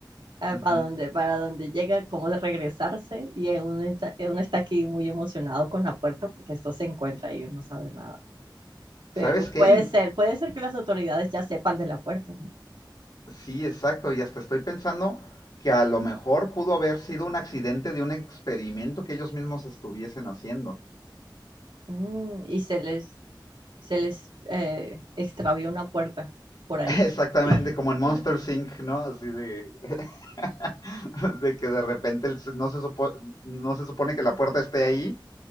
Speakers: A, on the right; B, on the left.
A: a-
B: Ujú.
A: a donde, para donde llega, cómo de regresarse, y eh, uno está, eh, uno está aquí muy emocionado con la puerta porque esto se encuentra y uno no sabe nada. Pero
B: ¿Sabes
A: puede
B: qué? In-
A: ser, puede ser que las autoridades ya sepan de la puerta, ¿no?
B: Sí, exacto. Y hasta estoy pensando que a lo mejor pudo haber sido un accidente de un experimento que ellos mismos estuviesen haciendo.
A: Mm, y se les, se les eh, extravió una puerta por ahí.
B: <laughs> Exactamente, como en Monster
A: <laughs>
B: Inc., ¿no? Así de, <laughs> de que de repente el- no se, supo- no se supone que la puerta esté ahí,